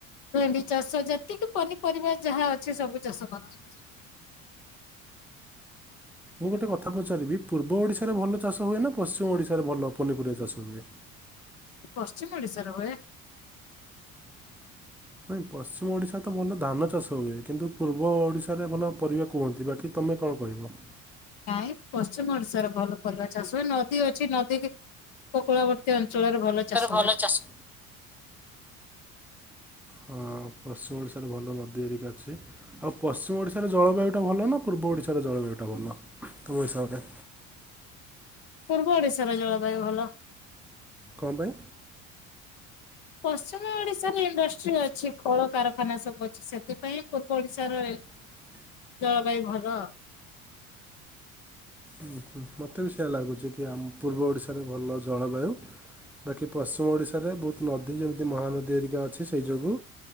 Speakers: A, on the left (about 55°); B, in the centre.
A: ଭେଣ୍ଡି ଚାଷ ଯେତିକି ପନିପରିବା ଯାହା ଅଛି ସବୁ ଚାଷ କରନ୍ତି।
B: ମୁଁ ଗୋଟେ କଥା ପଚାରିବି ପୂର୍ବ ଓଡ଼ିଶାରେ ଭଲ ଚାଷ ହୁଏ ନା ପଶ୍ଚିମ ଓଡ଼ିଶାରେ ଭଲ ପନିପରିବା ଚାଷ ହୁଏ।
A: ପଶ୍ଚିମ ଓଡ଼ିଶାର ହୋଏ।
B: <inaudible> ନାଇଁ ପଶ୍ଚିମ ଓଡ଼ିଶାରେ ତ ଭଲ ଧାନ ଚାଷ ହୁଏ। କିନ୍ତୁ ପୂର୍ବ ଓଡ଼ିଶାରେ ଭଲ ପରିବା କୁହନ୍ତି ବାକି ତମେ କଣ କହିବ।
A: <unintelligible> ପଶ୍ଚିମ ଓଡ଼ିଶାରେ ଭଲ ପରିବା ଚାଷ ହୁଏ ନଦୀ ଅଛି ନଦୀକି ଉପକୂଳବର୍ତ୍ତୀ ଅଞ୍ଚଳରେ ଭଲ
B: <unintelligible> ଭଲ
A: ହୁଏ
B: ଚାଷ ହଁ ପଶ୍ଚିମ ଓଡ଼ିଶାରେ ଭଲ ନଦୀ ହେରିକା ଅଛି। ଆଉ ପଶ୍ଚିମ ଓଡ଼ିଶାର ଜଳବାୟୁଟା ଭଲ ନା ପୂର୍ବ ଓଡ଼ିଶାର ଜଳବାୟୁଟା ଭଲ ତୁମ ହସାବରେ?
A: ପୂର୍ବ ଓଡିଶାର ଜଳବାୟୁ ଭଲ।
B: କଁ ପାଇଁ?
A: ପଶ୍ଚିମ ଓଡିଶାରେ ଇଣ୍ଡଷ୍ଟ୍ରି ଅଛି କଳକାରଖାନା ସବୁ ଅଛି ସେଥିପାଇଁ ପୂର୍ବ ଓଡିଶାର
B: <inaudible>
A: ଜଳବାୟୁ ଭଲ <unintelligible>
B: ଉଁହୁଁ ମତେ ବି ସେଇୟା ଲାଗୁଛି କି ଆମ ପୂର୍ବ ଓଡ଼ିଶାରେ ଭଲ ଜଳବାୟୁ। ବାକି ପଶ୍ଚିମ ଓଡ଼ିଶାରେ ବହୁତ ନଦୀ ଯେମିତି ମହାନଦୀ ହେରିକା ଅଛି ସେଇ ଯୋଗୁଁ